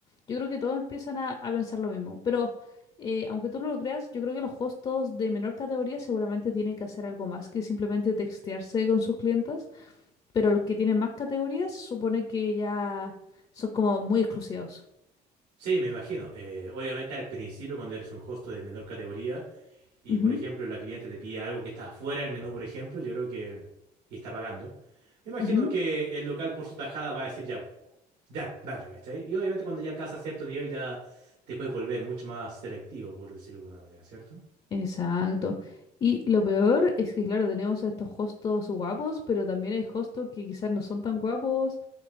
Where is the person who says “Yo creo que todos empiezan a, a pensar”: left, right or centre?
Left